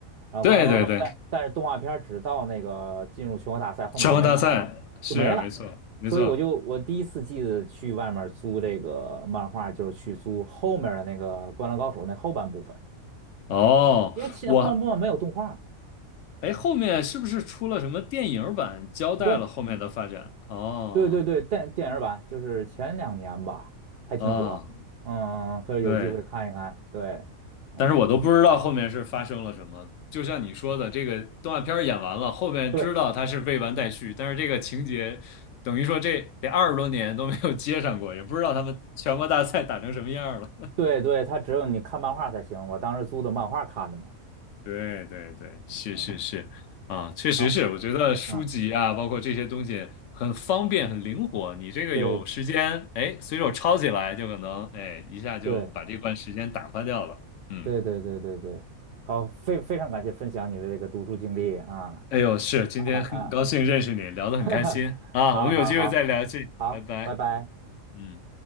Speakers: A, on the right (about 60°); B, on the left (about 70°).
A: 然后《灌篮高手》，
B: 对对对，
A: 但但是动画片儿只到那个进入全国大赛，后面就没有，
B: 全国大赛是没错没错。
A: 就没了。所以我就我第一次记得去外面租这个漫画，就是去租后面的那个《灌篮高手》那后半部分。
B: 哦，
A: 因为前后半部分没有动画。
B: 我哎，后面是不是出了什么电影版，交代了后面的发展？
A: 对
B: 哦
A: 对对对，电电影版就是前两年吧，还挺火。
B: 啊，
A: 嗯，可以有机会看一看。
B: 对，
A: 对，嗯，
B: 但是我都不知道后面是发生了什么。就像你说的，这个动画片儿演完了，后面知道它是未完待续，
A: 对
B: 但是这个情节等于说这得二十多年都没有接上过，也不知道他们全国大赛打成什么样了。
A: 对对，它只有你看漫画才行。我当时租的漫画看的嘛。
B: <laughs> 对对对，是是是，
A: 嗯，
B: 啊，确实是，
A: 好，
B: 我觉得书籍啊，
A: 嗯，
B: 包括这些东西很方便、很灵活，你这个有时间，
A: 对
B: 哎，随手抄起来就可能，哎，一下就把这段时间打发掉了。
A: 对
B: 嗯
A: 对对对对对，好，非非常感谢分享你的这个读书经历啊
B: 哎呦，是，今天很高兴认识你，
A: 啊啊，
B: 聊得很开心啊，
A: <laughs> 哈哈，好好好
B: 我们有机会再聊去，
A: 好，
B: 拜拜。
A: 拜拜。
B: 嗯。